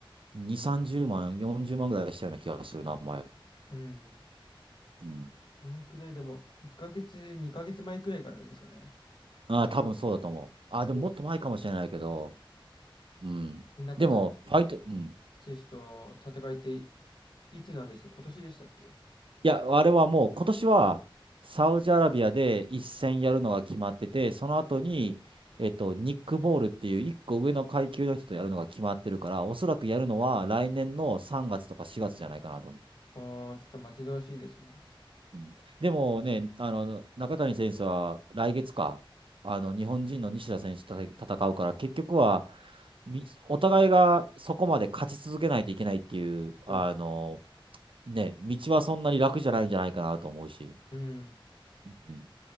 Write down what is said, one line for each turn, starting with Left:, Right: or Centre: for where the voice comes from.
Right: 2、30万、40万ぐらいしたような気がするな、前。
Left: うん。
Right: うん。
Left: どのくらいでも、1ヶ月、2ヶ月前くらいからですかね。
Right: ああ、多分そうだと思う。ああ、
Left: そうです。
Right: でももっと前かもしれないけど、うん。
Left: で、中田
Right: でも、ファイト、うん。
Left: 選手と戦いっていつなんでした今年でしたっけ
Right: いや、あれはもう今年はサウジアラビアで一戦やるのが決まってて、その後に、えっと、ニックボールっていう一個上の階級の人とやるのが決まってるから、おそらくやるのは来年の3月とか4月じゃないかなと。
Left: ああー、ちょっと待ち遠しいですね。
Right: うんでもね、あの、中谷選手は来月か、あの、日本人の西田選手と戦うから、結局は、みお互いがそこまで勝ち続けないといけないっていう、
Left: そうっす
Right: あの、ね、道はそんなに楽じゃないんじゃないかなと思うし。
Left: うん。
Right: うん